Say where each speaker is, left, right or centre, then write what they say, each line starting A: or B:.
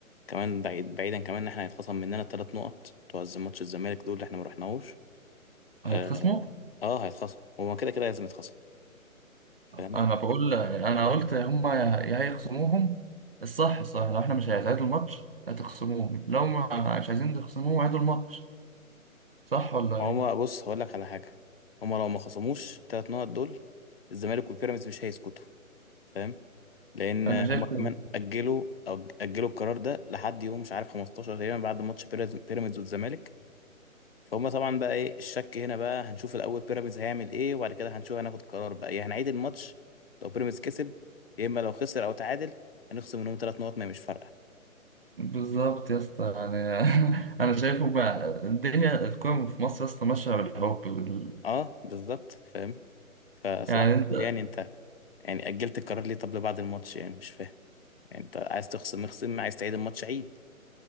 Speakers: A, on the left; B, on the right.
A: كمان بعيد بعيدا كمان ان احنا هيتخصم مننا ثلاث نقط بتوع ماتش الزمالك دول اللي احنا ما رحناهوش اه,
B: هيتخصموا؟
A: آه هيتخصم هما كده كده لازم يتخصم فاهم
B: أنا بقول أنا قلت هما يا يا هيخصموهم الصح صح لو إحنا مش هيتعادل الماتش هتخصموهم لو ما- مش عايزين تخصموهم عيدوا الماتش صح ولا
A: هما
B: إيه؟
A: بص هقول لك على حاجه هما لو ما خصموش الثلاث نقط دول الزمالك والبيراميدز مش هيسكتوا فاهم لان
B: أنا
A: هما
B: شايف
A: كمان
B: كده
A: اجلوا او اجلوا القرار ده لحد يوم مش عارف 15 تقريبا بعد ماتش بيراميدز بيراميدز والزمالك فهم طبعا بقى ايه الشك هنا بقى هنشوف الاول بيراميدز هيعمل ايه وبعد كده هنشوف هناخد قرار بقى يا هنعيد الماتش لو بيراميدز كسب يا اما لو خسر او تعادل هنخصم منهم ثلاث نقط ما هي مش فارقه
B: بالظبط يا اسطى يعني <laughs> انا شايفه بقى الدنيا الكوره في مصر يا اسطى ماشيه بالحب بال-
A: اه بالظبط فاهم فصباح
B: يعني انت
A: الفل يعني انت يعني اجلت القرار ليه طب لبعد الماتش يعني مش فاهم يعني انت عايز تخصم اخصم عايز تعيد الماتش عيد